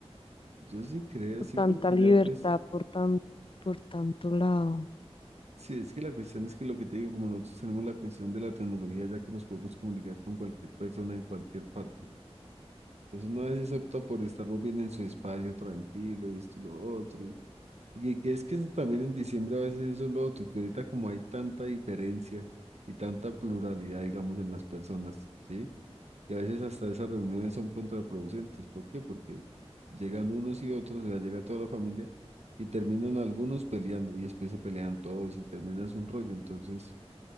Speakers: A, on the right (about 80°); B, on the left (about 55°).
A: Yo sí creo,
B: o
A: sí,
B: tanta
A: porque
B: libertad
A: ya pues,
B: por tan, por tanto lado.
A: sí, es que la cuestión es que lo que te digo, como nosotros tenemos la cuestión de la tecnología, ya que nos podemos comunicar con cualquier persona en cualquier parte. Entonces uno a veces opta por estar muy bien en su espacio, tranquilo, y esto y lo otro. Y, y que es que eso también en diciembre a veces eso es lo otro, que ahorita como hay tanta diferencia y tanta pluralidad, digamos, en las personas, ¿sí? Y a veces hasta esas reuniones son contraproducentes. ¿Por qué? Porque llegan unos y otros, o sea, llega toda la familia y terminan algunos peleando y después se pelean todos y terminas un rollo. Entonces,